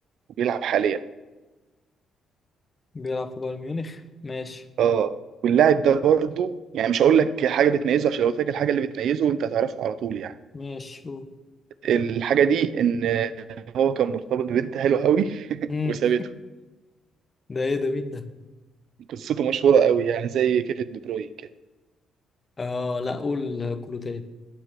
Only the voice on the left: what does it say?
بيلعب في بايرن ميونخ ماشي
ماشي شوف
امم
ده ايه ده مين ده
اه لا قول كله تاني